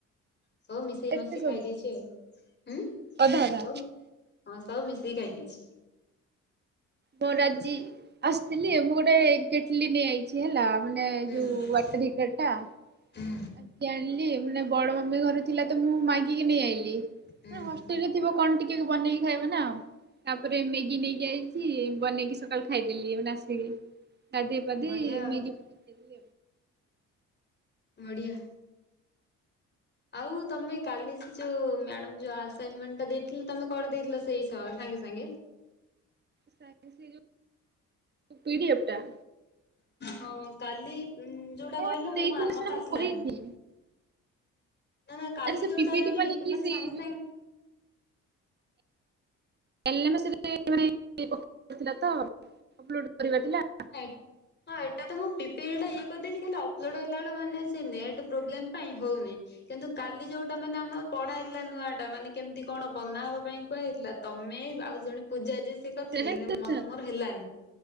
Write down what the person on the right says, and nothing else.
ଏତେ
ସବୁ
ଅଧା ଅଧା
ମୋ ଆଜି ଆସିଥିଲି ମୁଁ ଗୋଟେ କେଟଲି ନେଇ ଆଇଚି। ଚି ହେଲା ମାନେ
ଯୋଉ ୱାଟର ହିଟର ଟା।
ଆଜି ଜାଣିଲି। ମାନେ ବଡ ମମି ଘରେ ଥିଲା ତ ମୁଁ ମାଗିକି ନେଇ ଆଇଲି। ମାନେ
ହଷ୍ଟେଲରେ ଥିବ କଣ ଟିକେ ବନେଇକି ଖାଇବା ନା। ତାପରେ ମ୍ୟାଗି ନେଇକି ଆଇଚି ବନେଇକି ସକାଳୁ ଖାଇଦେଲି ଏଉନା ଆସିକି। ଗାଧେଇ ପାଧେଇ
ମ୍ୟାଗି ଖାଇଦେଲି
କାଲି ସେଇ ଯୋଉ ପିଡିଏଫ ଟା?
ମ୍ୟାମ୍
ଦେଇଥିଲେ
ସେଟା ମୁଁ
କରିନି
ଆରେ ସେ
ପିପିଟି
ବନେଇକି
ସେଇ
ଯୋଉ
<unintelligible>
ପ୍ରେଜେଣ୍ଟେସନ୍